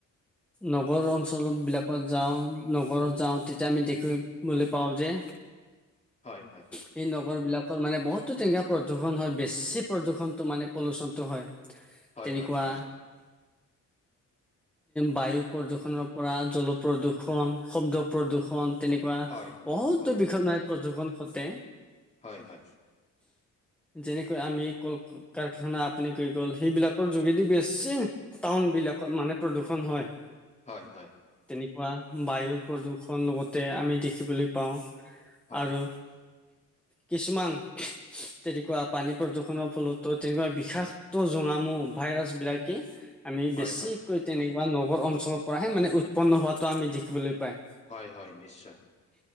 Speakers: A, in the centre; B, on the left.
A: নগৰ অঞ্চল বিলাকত যাওঁ নগৰত যাওঁ তেতিয়া আমি দেখো পাওঁ যে
B: হয়, হয়।
A: সেই নগৰ বিলাকৰ মানে বহুতো টেঙা প্ৰদূষণ হয় বেছি প্ৰদূৰষণটো মানে পলুচনতটো হয়।
B: হয়,
A: তেনেকুৱা
B: হয়, নিশ্চয়।
A: বায়ু প্ৰদূৰ্ষণৰ পৰা জল প্ৰদূষণ, শব্দ প্ৰদূৰ্ষণ তেনেকুৱা
B: হয়, হয়,
A: বহুতো
B: হয়,
A: বিষ নায়ক প্ৰদূষণ খটে
B: হয়, হয়।
A: যেনেকৈ আমি কল কাৰখানা আপুনি কৈ গ'ল সেইবিলাকৰ যোগেদি বেছি টাউন বিলাকত মানে প্ৰদূষণ হয়
B: হয় হয়
A: তেনেকুৱা বায়ুৰ প্ৰদূৰ্ষন লগতে আমি দেখিবলৈ পাওঁ।
B: হয়,
A: আৰু কিছুমান তেনেকুৱা পানী প্ৰদূষনৰ ফলতো তেনেকুৱা বিষাক্ত জোঙামু ভাইৰাছ বিলাকে আমি
B: হয়,
A: বেছিকৈ তেনেকুৱা নগৰ অঞ্চলৰ পৰাহে মানে উৎপন্ন হোৱাতটো আমি দেখিবলৈ পাই।
B: হয়, হয় নিশ্চয়।